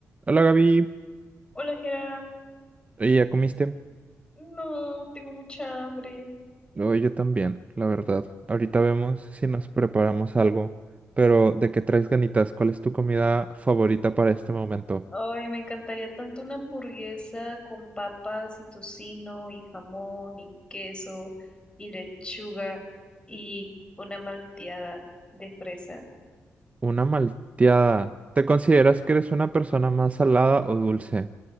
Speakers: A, on the right (about 30°); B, on the left (about 20°).
A: Hola Gaby,
B: Hola, Jera.
A: Oye, ¿ya comiste?
B: No, tengo mucha hambre.
A: Oye, yo también, la verdad. Ahorita vemos si nos preparamos algo, pero ¿de qué traes ganitas? ¿Cuál es tu comida favorita para este momento?
B: Ay, me encantaría tanto una hamburguesa con papas y tocino y jamón y queso y lechuga y una malteada de fresa.
A: Una malteada. ¿Te consideras que eres una persona más salada o dulce?